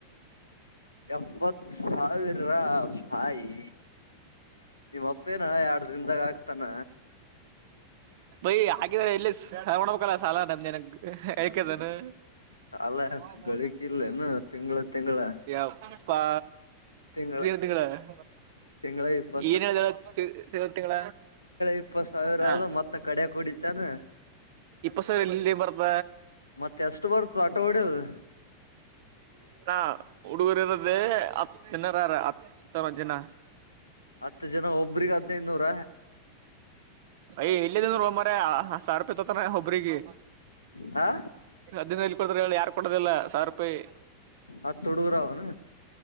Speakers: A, on the left (about 80°); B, on the right (about 50°).
A: ಎಪ್ಪತ್ ಸಾವಿರ ಬಾಯಿ. ನಿಮ್ಮ ಅಪ್ಪೇನ ಎರಡು ದಿನದಾಗ ಆಕ್ತಾನ.
B: ಬಯ ಹಾಗಗಿದ್ರ ಎಲ್ಲಿ ನ್ಬೇಕಲ್ಲ ಸಾಲ ನಮ್ದೇನ ಹಕದನು.
A: ಸಾಲ
B: ಹ
A: ಗಳಿಕಿಲ್ಲೇನು ತಿಂಗಳ ತಿಂಗಳ
B: ಯಾವ. ಯಪ್ಪಾ
A: ತಿಂಗಳ
B: ಇದುಗಳ. <unintelligible>
A: ತಿಂಗಳ ಇಪ್ಪ
B: <unintelligible> ತಿಂಗ್ ತಿಂಗಳ.
A: ಇಪ್ಪತ್ ಸಾವಿರ
B: ಹ
A: ಆದ ಮತ್ತ ಕಡ್ಯಾಕ್ ಹೊಡಿತಾನ
B: ಇಪ್ಪ ಸರ್ ಎಲ್ಲಿ ಬರ್ತ.
A: ಮತ್ತೆ ಎಷ್ಟು ಬರ್ತ ಆಟೋ ಹೊಡ್ಯೋದು.
B: ಹ ಹುಡುಗರಿ ಇರೋದೇ ಹತ್ತು ಜನಾರಾರ ಹ. ತ್ತರ ದಿನ.
A: ಹತ್ತು ಜನ ಒಬ್ರಿಗೆ ಹದ್ನೈನೂರ.
B: ಅಯ ಎಲ್ಲಿದ್ದನ್ ಮರ ಸಾರಪತತನ ಒಬ್ರಿಗೆ.
A: ಹಾ
B: ಹದಿನ ಇಲ್ ಕೊಡ್ರ ಹೇಳಿ ಯಾರು ಕೊಡದಿಲ್ಲ ಸಾವಿರ ರೂಪಾಯಿ.
A: ಅಷ್ಟು ಹುಡುಗರ ಅವೆನ.